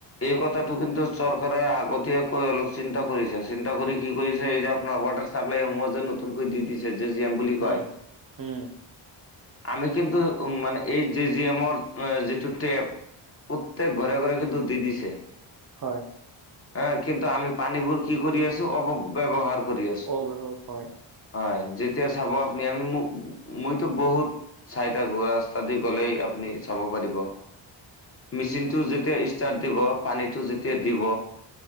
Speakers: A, on the left; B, on the right.
A: এই কথাটো কিন্তু চৰকাৰে আগতীয়াকৈ অলপ চিন্তা কৰিছে, চিন্তা কৰি কি এই যে এই যে আপোনাৰ ৱাটাৰ চাপ্লাইসমূহ যে নতুনৈ দি দিছে যে মিউজিয়াম বুলি কয়।
B: উম উম
A: আমি কিন্তু উম মানে এই জে জি এমৰ যিটো টেপ প্ৰত্যেক ঘৰে ঘৰে কিন্তু দি দিছে।
B: হয়।
A: এ কিন্তু আমি পানীবোৰ কি কৰি আছো অপব্যৱহাৰ কৰি আছো,
B: অ হয়
A: হয় যেতিয়া চাব আপুনি আমি মোক মইতো বহুত চাই থাকো ৰাস্তা দি গলেই আপুনি চাব পাৰিব। মেচিনটো যেতিয়া ষ্টাৰ্ট দিব, পানীটো যেতিয়া দিব